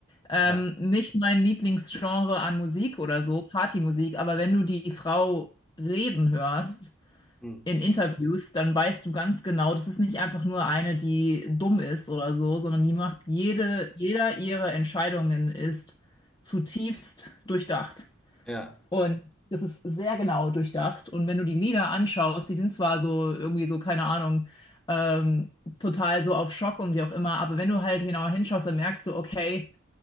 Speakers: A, on the left; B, in the centre.
A: Ähm,
B: ja,
A: nicht mein Lieblingsgenre an Musik oder so, Partymusik, aber wenn du die Frau reden hörst
B: hm.
A: in Interviews, dann weißt du ganz genau, das ist nicht einfach nur eine, die dumm ist oder so, sondern die macht jede, jeder ihrer Entscheidungen ist zutiefst durchdacht.
B: ja,
A: Und das ist sehr genau durchdacht. Und wenn du die Lieder anschaust, die sind zwar so irgendwie so, keine Ahnung, ähm, total so auf Schock und wie auch immer, aber wenn du halt genauer hinschaust, dann merkst du, okay,